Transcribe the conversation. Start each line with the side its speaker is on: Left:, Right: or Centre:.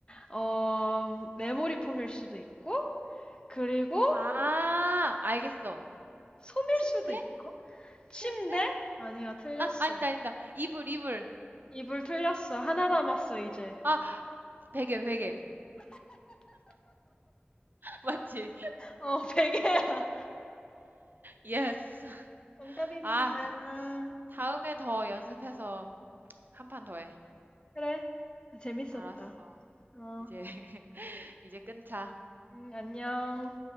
Left: 어, 메모리 폼일 수도 있고, 그리고
Right: 아, 알겠어.
Left: 솜일
Right: 침대?
Left: 수도 있고, 침대?
Right: 침대?
Left: 아니야, 틀렸어.
Right: 아, 아니다, 아니다. 이불, 이불.
Left: 이불 틀렸어. 하나 남았어, 이제.
Right: 아, 베개, 베개. <laughs> 맞지?
Left: 어, 베개야. <laughs>
Right: 예스.
Left: 정답입니다.
Right: 아, 다, 다음에 더 연습해서 한 판 더 해.
Left: 그래. 재밌었다.
Right: 알았어.
Left: 어,
Right: 이제, <laughs> 이제 끊자.
Left: 음, 안녕.